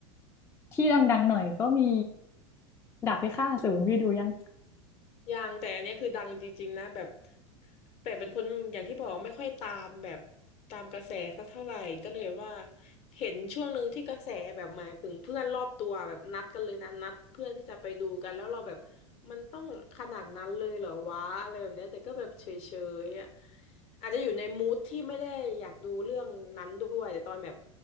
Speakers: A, on the left (about 15°); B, on the left (about 40°).
A: ที่ดังๆหน่อยก็มีดาบพิฆาตอสูรพี่ดูยัง
B: ยังแต่อันเนี้ยคือดังจริงๆนะแบบแต่เป็นคนอย่างที่บอกไม่ค่อยตามแบบตามกระแสสักเท่าไหร่ก็เลยว่าเห็นช่วงหนึ่งที่กระแสแบบหมายถึงเพื่อนรอบตัวแบบนัดกันเลยนะนัดเพื่อที่จะไปดูกันแล้วเราแบบมันต้องขนาดนั้นเลยเหรอวะอะไรแบบเนี้ยแต่ก็แบบเฉยๆอ่ะ อาจจะอยู่ในมูดที่ไม่ได้อยากดูเรื่องนั้นด้วยแต่ตอนแบบ